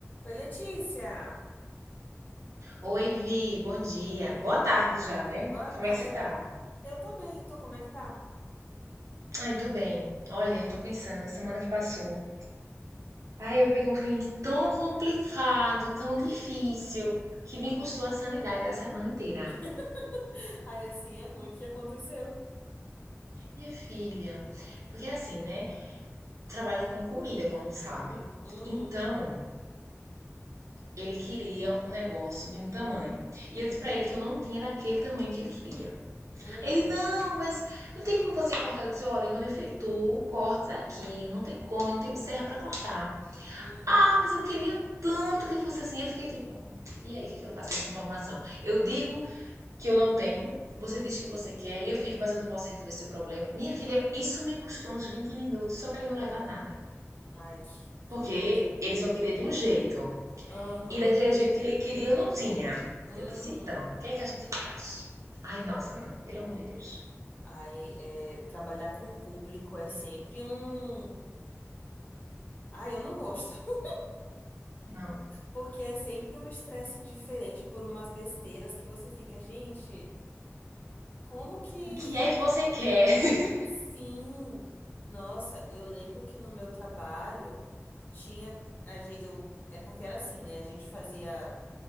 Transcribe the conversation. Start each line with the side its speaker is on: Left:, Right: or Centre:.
Left: Oi, Letícia!
Right: Oi, Vi, bom dia. Boa tarde já, né?
Left: Boa tarde.
Right: Como é que você tá?
Left: Eu tô bem, e tu, como é que tá?
Right: Ai, tô bem. Olha, tô pensando, a semana que passou. Ai, eu peguei um cliente tão complicado, tão
Left: Hum.
Right: difícil, que me custou a sanidade da semana inteira.
Left: <laughs> Aí assim é ruim, o que aconteceu?
Right: Minha filha, porque assim, né? Trabalho com comida, como tu sabe.
Left: Uhum,
Right: Então, ele queria um negócio de um tamanho. E eu disse pra ele que eu não tinha daquele tamanho que ele queria.
Left: uhum,
Right: Ele, não, mas não tem como você cortar. Eu disse, olha, eu não efetuo cortes aqui, não tem como, eu não tenho serra pra cortar.
Left: uhum.
Right: Ah, mas eu queria tanto que fosse assim. Eu fiquei tipo, e aí, o que, que eu faço com essa informação? Eu digo que eu não tenho, você diz que você quer, e eu fico, mas eu não posso resolver seu problema. Minha filha, isso me custou uns 20 minutos só pra ele não levar nada.
Left: Ai, que, que
Right: Porque
Left: ódio, cara.
Right: ele só queria de um jeito.
Left: Aham,
Right: E daquele jeito que ele queria, eu não tinha.
Left: uhum.
Right: Eu disse, então, o que é que a gente faz? Ai, nossa, não, pelo amor de Deus.
Left: Aí, é, trabalhar com o público é sempre um... Ai, eu não gosto. <laughs>
Right: Não,
Left: Porque é sempre um estresse diferente por umas besteiras que você fica, gente, como que
Right: O que é que você quer? <laughs>
Left: Sim, nossa, eu lembro que no meu trabalho tinha a gen- eu é porque era assim, né? A gente fazia